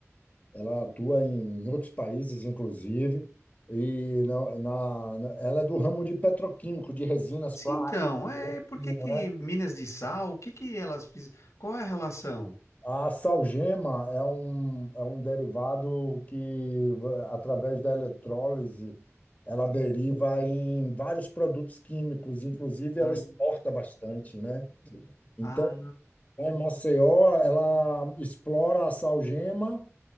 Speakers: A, on the left (about 30°); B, on the left (about 75°).
A: ela atua em, outros países, inclusive, e na, na- na- ela é do ramo de petroquímico, de resinas
B: Sim,
A: plásticas,
B: então, é, por
A: né?
B: que que minas de sal, o que que elas fizeram? qual é a relação?
A: A salgema é um, é um derivado que, através da eletrólise, ela deriva em vários produtos químicos, inclusive
B: Ah,
A: ela exporta bastante, né? Então,
B: ah,
A: a Maceió, ela explora a salgema